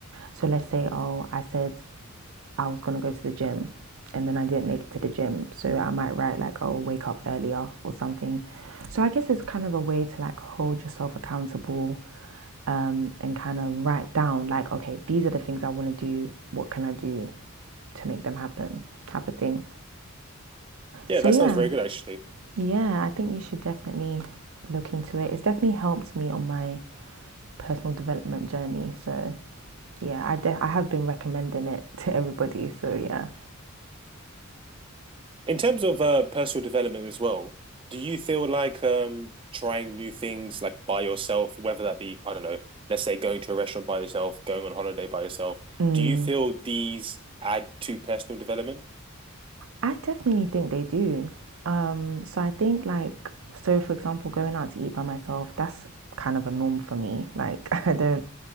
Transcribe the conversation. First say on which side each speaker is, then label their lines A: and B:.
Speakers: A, on the right (about 85°); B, on the right (about 25°).
A: So let's say, oh, I said I was going to go to the gym and then I didn't make it to the gym. So I might write like, oh, wake up earlier or something. So I guess it's kind of a way to like hold yourself accountable um, and kind of write down like, okay, these are the things I want to do. What can I do to make them happen? Type of thing.
B: Yeah,
A: So
B: that
A: yeah,
B: sounds very good actually. <laughs>
A: yeah, I think you should definitely look into it. It's definitely helped me on my personal development journey. So yeah, I de- I have been recommending it <laughs> to everybody. So yeah,
B: In terms of uh, personal development as well, do you feel like um, trying new things like by yourself, whether that be, I don't know, let's say going to a restaurant by yourself, going on holiday by yourself,
A: mm,
B: do you feel these add to personal development? <laughs>
A: I definitely think they do. Um, so I think like so for example, going out to eat by myself that's kind of a norm for me. Like <laughs> I don't